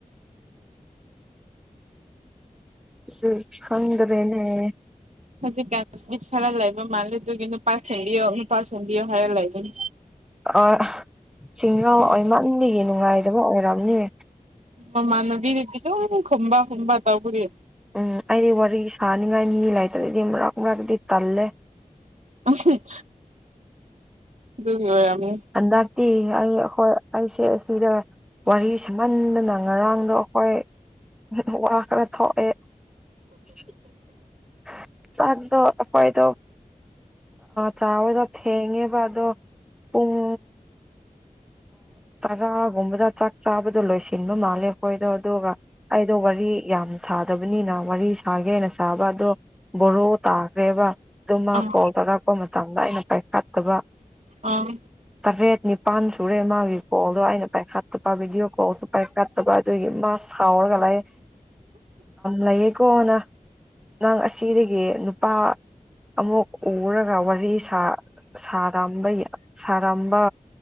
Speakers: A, in the centre; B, on the right.
A: ꯎꯝ ꯈꯪꯗ꯭ꯔꯦꯅꯦ
B: ꯍꯧꯖꯤꯛꯀꯥꯟ <unintelligible> ꯂꯩꯕ ꯃꯥꯜꯂꯦ ꯑꯗꯨꯒꯤ ꯅꯨꯄꯥ ꯁꯦꯝꯕꯤꯌꯣ ꯅꯨꯄꯥ ꯁꯦꯝꯕꯤꯌꯣ ꯍꯥꯏꯔ ꯂꯩꯕꯅꯤ
A: ꯑ ꯁꯤꯡꯒꯥꯎ ꯑꯣꯏ ꯅꯪꯒꯤ ꯌꯦꯡ ꯅꯨꯡꯉꯥꯏꯗꯕ ꯑꯣꯏꯔꯝꯅꯤꯌꯦ
B: ꯃꯃꯥꯟꯅꯕꯤꯗꯗꯤ ꯁꯨꯝ ꯈꯨꯝꯕꯥ ꯈꯨꯝꯕꯥ ꯇꯧꯕꯒꯤ
A: ꯎꯝ ꯑꯩꯗꯤ ꯋꯥꯔꯤ ꯁꯥꯅꯤꯡꯉꯥꯏ ꯃꯤ ꯂꯩꯇ꯭ꯔꯗꯤ ꯃꯔꯛ ꯃꯔꯛꯇꯤ ꯇꯜꯂꯦ
B: ꯎꯝ ꯑꯗꯨꯔꯤ ꯑꯣꯏ ꯌꯥꯝꯃꯤ
A: ꯑꯗꯇ ꯍ ꯑꯩꯁꯦ ꯑꯁꯤꯗ ꯋꯥꯔꯤ ꯁꯍꯟꯗꯅ ꯉꯔꯥꯡꯗꯣ ꯑꯩꯈꯣꯏ ꯋꯥ ꯈꯔ ꯊꯣꯛꯑꯦ <inaudible> ꯆꯥꯛꯗ ꯍꯈꯣꯏꯗꯣ ꯆꯥꯕꯗ ꯊꯦꯡꯉꯦꯕ ꯑꯗꯣ ꯄꯨꯡ ꯇꯔꯥꯒꯨꯝꯕꯗ ꯆꯥꯛ ꯆꯥꯕꯗꯣ ꯂꯣꯏꯁꯤꯟꯕ ꯃꯥꯜꯂꯦ ꯑꯩꯈꯣꯏꯗꯣ ꯑꯗꯨꯒ ꯑꯩꯗꯣ ꯋꯥꯔꯤ ꯌꯥꯝ ꯁꯥꯗꯕꯅꯤꯅ ꯋꯥꯔꯤ ꯁꯥꯒꯦꯅ ꯁꯥꯕ ꯑꯗꯣ ꯕꯣꯔꯣ ꯇꯥꯈ꯭ꯔꯦꯕ ꯑꯗꯨꯃ
B: ꯑꯥ
A: ꯀꯣꯜ ꯇꯥꯔꯛꯄ ꯃꯇꯝꯗ ꯑꯩꯅ ꯄꯥꯏꯈꯠꯇꯕ
B: ꯑꯥ
A: ꯇꯔꯦꯠꯅꯤ ꯄꯥꯟ ꯇꯨꯔꯦ ꯃꯥꯒꯤ ꯀꯣꯜꯗꯣ ꯑꯩꯅ ꯄꯥꯏꯈꯠꯇꯕ ꯚꯤꯗꯤꯑꯣ ꯀꯣꯜꯁꯨ ꯄꯥꯏꯈꯠꯇꯕ ꯑꯗꯨꯒꯤ ꯃꯥ ꯁꯥꯎꯔꯒ ꯂꯥꯛꯑꯦ ꯂꯩꯌꯦꯀꯣ ꯅꯪ ꯅꯪ ꯑꯁꯤꯗꯒꯤ ꯅꯨꯄꯥ ꯑꯃꯨꯛ ꯎꯔꯒ ꯋꯥꯔꯤ ꯁꯥ ꯁꯥꯔꯝꯕ ꯁꯥꯔꯝꯕ